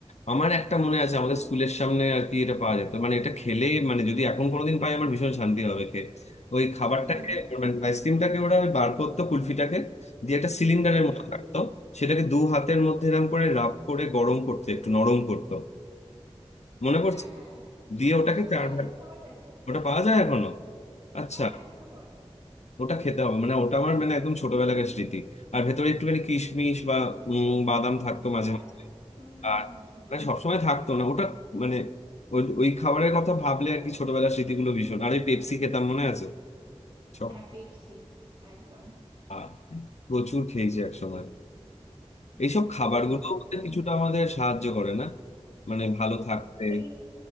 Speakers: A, on the left; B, on the right.
A: আমার একটা মনে আছে আমাদের স্কুলের সামনে আর কি এটা পাওয়া যেত মানে এটা খেলে মানে যদি এখন কোনোদিন পাই আমার ভীষণ শান্তি হবে খেয়ে ওই খাবারটাকে
B: হুম হুম
A: মানে আইসক্রিমটাকে ওরা ওই বার করতো কুলফিটাকে দিয়ে একটা সিলিন্ডারের
B: হুম
A: মতো থাকতো সেটাকে দু হাতের মধ্যে এরম করে রাব করে গরম করতে একটু নরম করতো মনে পড়ছে
B: হ্যাঁ হ্যাঁ হ্যাঁ
A: দিয়ে ওটাকে
B: হ্যাঁ ওটা
A: চার
B: এখনো
A: ভাগ
B: পাওয়া যায় তো
A: ওটা পাওয়া যায় এখনো আচ্ছা
B: হ্যাঁ এখনো পাওয়া যায়
A: ওটা খেতে হবে মানে ওটা আমার মানে একদম ছোটবেলাকার স্মৃতি আর ভেতরে একটুখানি কিশমিশ বা উম, বাদাম থাকতো মাঝে
B: হ্যাঁ
A: মাঝে
B: হুম
A: আর
B: হুম হুম হুম
A: মানে সবসময় থাকতো না ওটা মানে ওই ওই খাবারের কথা ভাবলে আর কি ছোটবেলার স্মৃতিগুলো ভীষণ আর ওই পেপসি খেতাম মনে আছে সব
B: হ্যাঁ পেপসি একদম
A: আহ, প্রচুর খেয়েছি একসময় এইসব খাবারগুলো
B: প্রচুর
A: আমাদের
B: প্রচুর
A: কিছুটা আমাদের সাহায্য করে না মানে ভালো থাকতে
B: এই